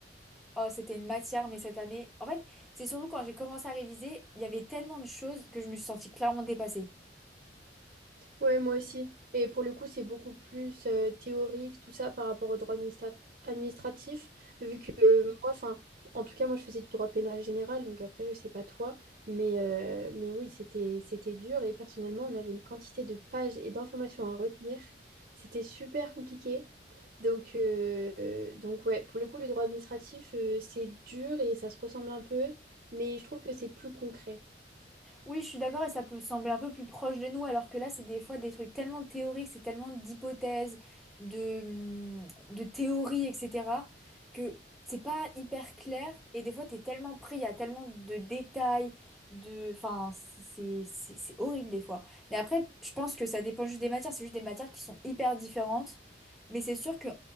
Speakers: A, in the centre; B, on the right.
A: Oh, c'était une matière, mais cette année... En fait, c'est surtout quand j'ai commencé à réviser, il y avait tellement de choses que je me suis sentie clairement dépassée.
B: Ouais, moi aussi. Et pour le coup, c'est beaucoup plus euh, théorique, tout ça, par rapport au droit administra- administratif, vu que euh, moi, enfin, en tout cas, moi, je faisais du droit pénal général, donc après, je sais pas toi, mais, euh, mais oui, c'était, c'était dur, et personnellement, on avait une quantité de pages et d'informations à retenir. C'était super compliqué. Donc, euh, euh, donc ouais, pour le coup, le droit administratif, euh, c'est dur et ça se ressemble un peu, mais je trouve que c'est plus concret.
A: Oui, je suis d'accord et ça peut sembler un peu plus proche de nous, alors que là, c'est des fois des trucs tellement théoriques, c'est tellement d'hypothèses, de, hum, de théories, etc., que c'est pas hyper clair et des fois, t'es tellement pris, il y a tellement de détails, de... Enfin, c'est c'est- c'est- c'est horrible des fois. Mais après, je pense que ça dépend juste des matières, c'est juste des matières qui sont hyper différentes, mais c'est sûr que